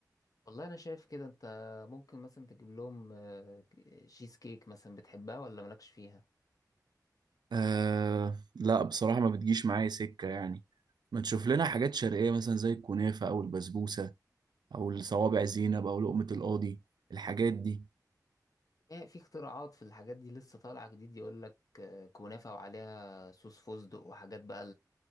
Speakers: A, on the left (about 55°); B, on the right (about 80°).
A: والله أنا شايف كده أنت ممكن مثلا تجيب لهم آه، شيز كيك مثلا بتحبها ولا مالكش فيها؟
B: آه لا بصراحة ما بتجيش معايا سكة يعني ما تشوف لنا حاجات شرقية مثلا زي الكنافة أو البسبوسة أو الصوابع زينب أو لقمة القاضي الحاجات دي
A: ايه في اختراعات في الحاجات دي لسه طالعة جديد يقولك آه، كنافة وعليها صوص فستق وحاجات بقى